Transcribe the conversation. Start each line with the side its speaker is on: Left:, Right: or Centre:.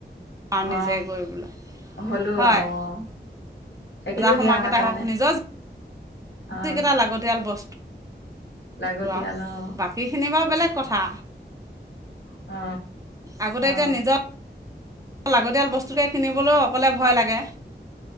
Right: পাওঁ নিজে
Left: অ
Right: কৰিবলৈ
Left: হ'লো
Right: হয়।
Left: আৰু অ সেইখিনিও
Right: বজাৰ সমাৰ
Left: ধেৰ আমাৰ
Right: কেইটাই
Left: কাৰণে
Right: হওক নিজজ
Left: অ
Right: যি কেইটা লাগতিয়াল বস্
Left: লাগতিয়াল
Right: তো আও
Left: অ
Right: বাকীখিনি বাৰু বেলেগ কথা।
Left: অ
Right: আগতে
Left: অ
Right: এতিয়া নিজৰ লাগতিয়াল বস্তুকে কিনিবলৈও অকলে ভয় লাগে।